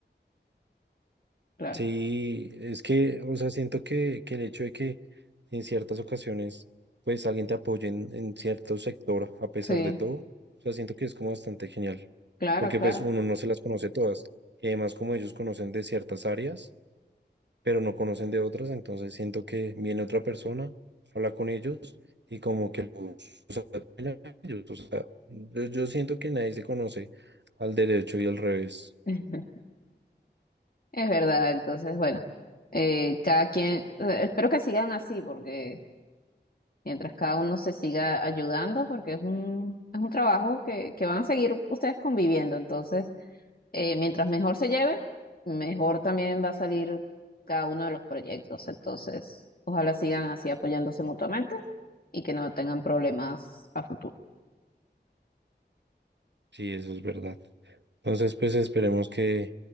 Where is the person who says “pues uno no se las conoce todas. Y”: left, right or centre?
Right